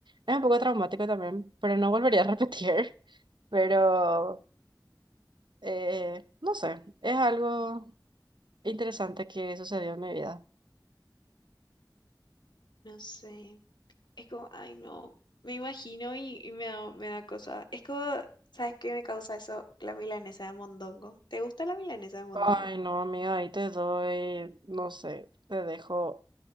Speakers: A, on the right; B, on the left.
A: Es un poco traumático también, pero no volvería a repetir. <laughs> Pero, eh, no sé, es algo... interesante que sucedió en mi vida.
B: No sé. Es como, ay no, me imagino y, y me da, me da cosa. Es como, ¿sabes qué me causa eso? La milanesa de mondongo. ¿Te gusta la milanesa de mondongo?
A: Ay, no, amiga, ahí te doy, no sé, te dejo